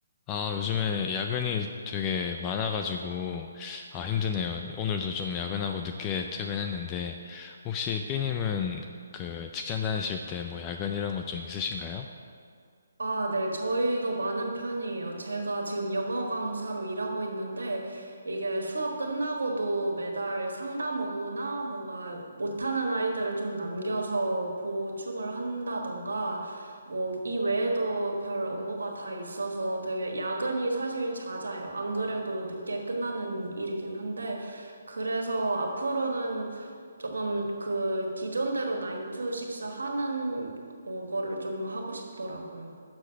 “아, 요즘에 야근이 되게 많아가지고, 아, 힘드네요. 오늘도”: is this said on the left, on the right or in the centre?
Left